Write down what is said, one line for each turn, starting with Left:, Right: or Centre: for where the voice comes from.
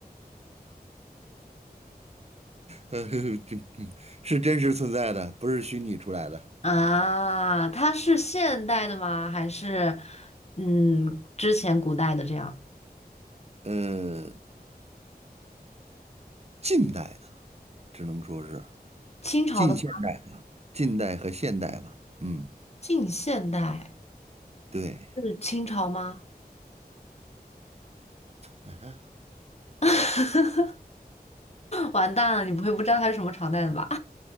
Right: 呃，这是真实存在的，不是虚拟出来的。
Left: 啊，她是现代的吗？还是嗯之前古代的这样？
Right: 呃，近代的，只能说是
Left: 清朝的吗？
Right: 近现代、近代和现代吧。嗯，
Left: 近现代
Right: 对，
Left: 是清朝吗？
Right: 哎
Left: <laughs> 完蛋了，你不会不知道他是什么朝代的吧？